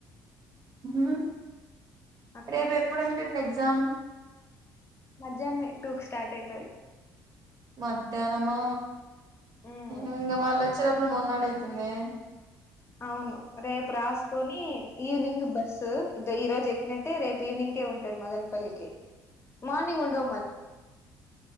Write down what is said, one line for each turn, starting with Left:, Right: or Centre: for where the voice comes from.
Right: ఉహుహు
Left: అట్లా
Right: రేపు ఎప్పుడు ఉంటుంది ఎగ్జామ్
Left: మధ్యాహ్నమే టూ కి స్టార్ట్ అయితది
Right: మధ్యాహ్నం మా
Left: మ్మ్
Right: ఇంగ వాళ్ళ వచేడప్పుడు మొన్నాడైతుందే
Left: అవును రేపు రాసుకొని ఈవినింగ్ బస్సు ఈ రోజు ఎక్కినట్టే రేపు ఈవినింగ్ కే ఉంటుంది మదనపల్లికి
Right: <inaudible>
Left: మార్నింగ్ ఉండవు మ